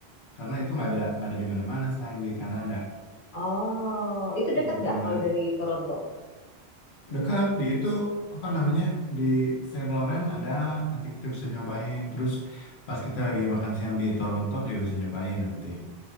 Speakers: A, on the left; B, on the left.
A: karena itu nggak ada nggak ada di mana-mana selain di Kanada
B: Oh, itu dekat
A: gitu
B: nggak kalau
A: dan
B: dari Toronto?
A: dekat di itu apa namanya di Saint Laurent ada nanti kita bisa nyobain terus pas kita lagi makan siang di Toronto juga bisa nyobain nanti